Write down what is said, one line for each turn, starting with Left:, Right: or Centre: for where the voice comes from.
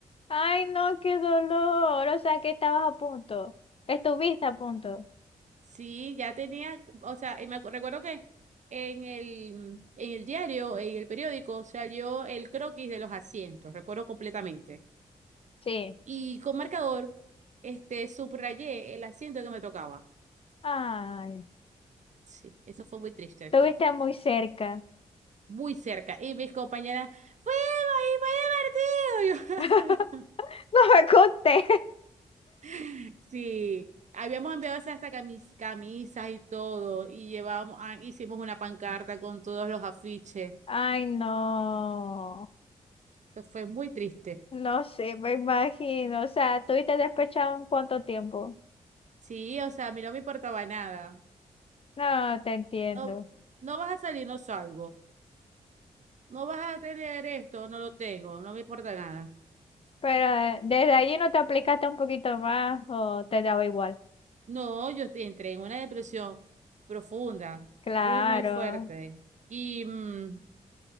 Left: ¡Ay, no! ¡Qué dolor! O sea, que estabas a punto. Estuviste a punto.
Right: Sí, ya tenía, o sea, y me acu- recuerdo que en el, en el diario, en el periódico, salió el croquis de los asientos, recuerdo completamente.
Left: Sí.
Right: Y con marcador, este, subrayé el asiento que me tocaba.
Left: ¡Ay!
Right: Sí, eso fue muy triste, este.
Left: Estuviste muy cerca.
Right: Muy cerca. Y mis compañeras, ¡fuimos! ¡Y fue divertido!
Left: <laughs> No me conté.
Right: Y yo, <laughs> sí, habíamos enviado hasta camis- camisas y todo, y llevábamos, ah, hicimos una pancarta con todos los afiches.
Left: ¡Ay, no!
Right: Eso fue muy triste.
Left: No sé, me imagino. O sea, ¿tuviste despechado en cuánto tiempo?
Right: Sí, o sea, a mí no me importaba nada.
Left: No, te entiendo.
Right: No, no vas a salir, no salgo. No vas a tener esto, no lo tengo, no me importa nada.
Left: Pero eh, desde allí no te aplicaste un poquito más o te daba igual.
Right: No, yo te- entré en una depresión profunda,
Left: Claro.
Right: muy, muy fuerte. Y mm,